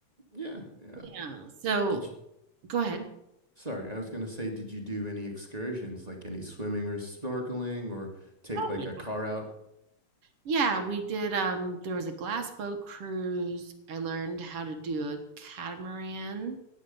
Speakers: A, on the right; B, on the right.
A: Yeah, yeah.
B: Yeah. So
A: Did you,
B: go ahead.
A: sorry, I was gonna say, did you do any excursions, like any swimming or snorkeling or take
B: Oh
A: like
B: yeah.
A: a car out?
B: Yeah, we did. Um, there was a glass boat cruise. I learned how to do a catamaran.